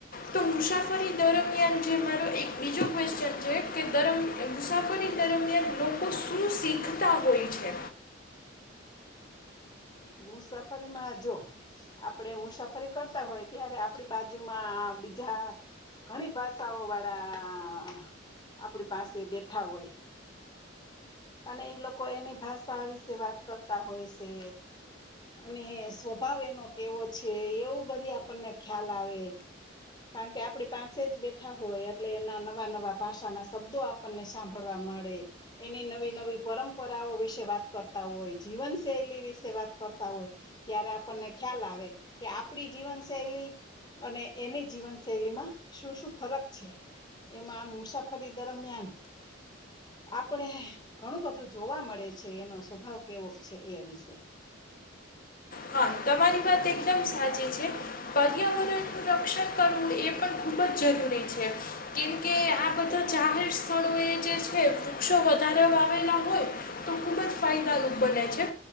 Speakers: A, on the left; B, on the left.
A: તો મુસાફરી દરમિયાન જે મારો એક બીજો ક્વેશ્ચન છે કે દરમ મુસાફરી દરમિયાન લોકો શું શીખતા હોય છે?
B: મુસાફરીમાં જો આપણે મુસાફરી કરતા હોય ત્યારે આપણી બાજુમાં બીજા ઘણી ભાષાઓ વાળા આપણી પાસે બેઠા હોય. અને એ લોકો એની ભાષા વિશે વાત કરતા હોય શે અને સ્વભાવ એનો કેવો છે. એવું બધુ આપણને ખ્યાલ આવે કારણ કે આપડી પાસે જ બેઠા હોય એટલે એના નવા નવા ભાષાના શબ્દો આપણને સાંભળવા મળે. એની નવી નવી પરંપરાઓ વિશે વાત કરતા હોય. જીવન શૈલી વિશે વાત કરતા હોય ત્યારે આપણને ખ્યાલ આવે કે આપણી જીવનશૈલી અને એની જીવન શૈલીમાં શું શું ફરક છે. એમાં આમ મુસાફરી દરમિયાન આપડે ઘણું બધું જોવા મળે છે. એનો સ્વભાવ કેવોક છે એ વિશે.
A: હા તમારી વાત એકદમ સાચી છે પર્યાવરણનું રક્ષણ કરવું એ પણ ખુબ જ જરૂરી છે. કેમકે આ બધા જાહેર સ્થળો એ જે છે વૃક્ષો વધારા આવેલા હોય તો ખુબ જ ફાયદારૂપ બને છે